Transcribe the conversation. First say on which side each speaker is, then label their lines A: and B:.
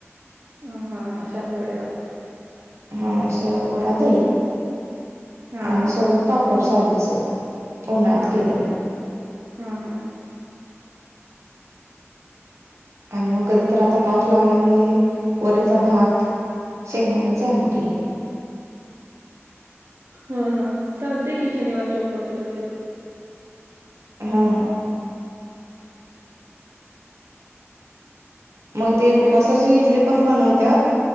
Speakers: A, on the right; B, on the right.
A: अ हा हा सब वडला <unintelligible>
B: हा शाबू वडा दही
A: हा
B: आणि
A: हा
B: सोबत पापड शाबूचं उन्हाळ्यात
A: हा
B: केलेलं
A: हा हा हा,
B: आणि मग कधी तर आता पाऊस लागला म्हणजे वरचा भात शेंगदाणेची आमटी आहे.
A: हा हा चालतेय की शनिवारच्या उपसाला ते पण
B: हा, मग ते उपासाची
A: एक एक
B: इडली पण बनवतात